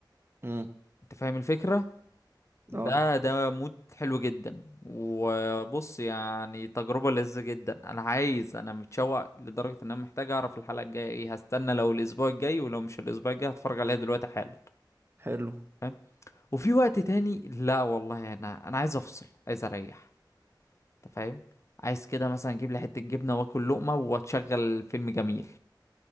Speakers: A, on the right (about 30°); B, on the left (about 35°).
A: امم
B: انت فاهم الفكرة ده
A: اه
B: ده مود حلو جدا وبص يعني تجربة لذة جدا انا عايز انا متشوق لدرجة ان انا محتاج اعرف الحلقة الجاية ايه هستنى لو الاسبوع الجاي ولو مش الاسبوع الجاي هتفرج عليها دلوقتي حالا
A: حلو
B: فاهم وفي وقت تاني لا والله انا انا عايز افصل عايز اريح انت فاهم عايز كده مثلا اجيب لي حتة جبنة واكل لقمة واتشغل فيلم جميل